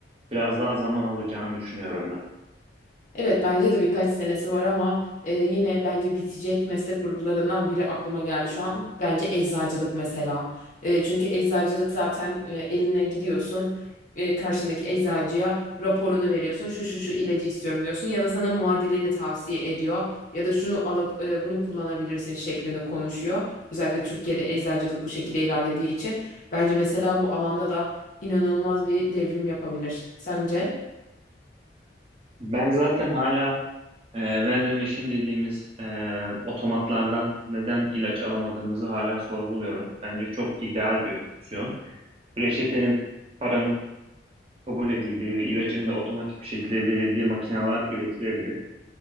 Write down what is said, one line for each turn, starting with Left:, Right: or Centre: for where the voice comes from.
Right: biraz daha zaman alacağını düşünüyorum ben.
Left: Evet bence de birkaç senesi var ama e, yine bence bitecek meslek gruplarından biri aklıma geldi şu an. Bence eczacılık mesela. E, çünkü eczacılık zaten e, eline gidiyorsun e, karşındaki eczacıya raporunu veriyorsun. Şu şu şu ilacı istiyorum diyorsun ya da sana muadilini tavsiye ediyor ya da şunu alıp e, bunu kullanabilirsin şeklinde konuşuyor. Özellikle Türkiye'de eczacılık bu şekilde ilerlediği için bence mesela bu alanda da inanılmaz bir devrim yapabilir. Sence?
Right: Ben zaten hala E, vending machine dediğimiz e, otomatlardan neden ilaç alamadığımızı hala sorguluyorum. Bence çok ideal bir opsiyon. Reçetenin paranın kabul edildiği ve ilacın da otomatik bir şekilde verildiği makineler üretilebilir.